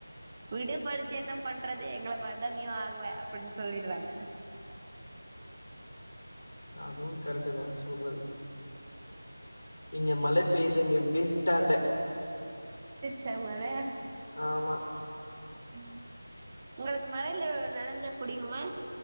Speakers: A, on the right; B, on the left.
A: விடு படிச்சி என்ன பண்றது எங்கள மாரிதா நீயு ஆவ அப்டின்னு சொல்லிட்றாங்க
B: அதுவு கரெட்டுதா புகள் இங்க மலே பெய்துங்க வீட்டாண்ட
A: செம்மல
B: ஆமா
A: ம் உங்களுக்கு மழையில நளைஞ்சா புடிக்குமா